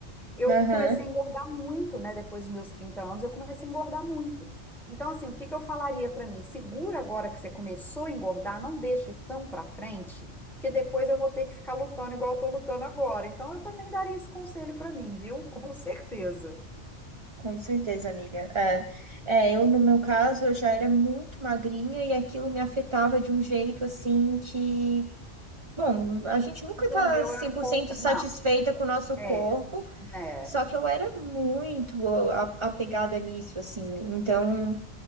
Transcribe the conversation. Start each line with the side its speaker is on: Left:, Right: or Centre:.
Centre: eu
Right: Aham,
Centre: comecei a engordar muito, né? Depois dos meus 30 anos, eu comecei a engordar muito. Então, assim, o que que eu falaria pra mim? Segura agora que você começou a engordar, não deixa ir tão pra frente, porque depois eu vou ter que ficar lutando igual eu tô lutando agora. Então, eu também daria esse conselho pra mim, viu? <laughs> Com certeza.
Right: com certeza, amiga. É, é, eu, no meu caso, eu já era muito magrinha e aquilo me afetava de um jeito assim que. Bom, a gente nunca
Centre: E
Right: tá
Centre: o meu
Right: cem
Centre: era o
Right: por
Centre: contrário.
Right: cento satisfeita com o nosso
Centre: Não,
Right: corpo,
Centre: é, né?
Right: só que eu era muito a- apegada nisso, assim. Então.